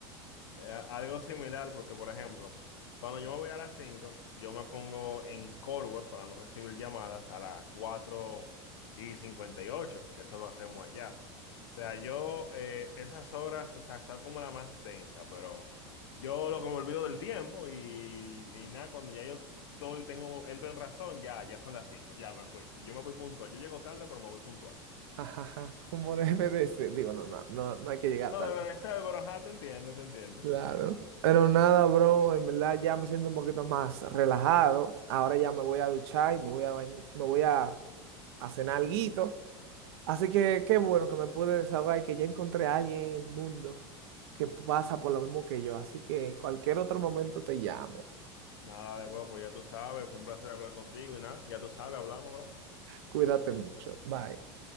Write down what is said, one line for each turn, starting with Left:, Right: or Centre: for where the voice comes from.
Left: Eh, algo similar, porque por ejemplo, cuando yo me voy a las 5 yo me pongo en Cold War para no recibir llamadas a las cuatro y 58, que eso lo hacemos allá. O sea, yo eh, esas horas, o sea, son como la más tensa, pero yo lo que me olvido del tiempo y, y nada, cuando ya yo todo tengo, entro en razón, ya, ya son las cinco ya me fui. Y yo me voy puntual, yo llego tarde, pero me voy puntual.
Right: <laughs> Ajaja, como debe de ser. Digo, no, no, no, no hay que llegar
Left: No,
Right: tal
Left: de verdad, pero ajá, te entiendo, te entiendo.
Right: Claro. Pero nada, bro, en verdad ya me siento un poquito más relajado. Ahora ya me voy a duchar y me voy a bañ- me voy a, a cenar alguito. Así que qué bueno que me pude desahogar y que ya encontré a alguien en el mundo que pasa por lo mismo que yo. Así que cualquier otro momento te llamo.
Left: Nada de huevo, pues ya tú sabes, fue un placer hablar contigo y nada, ya tú sabes, hablamos, bro.
Right: Cuídate mucho. Bye.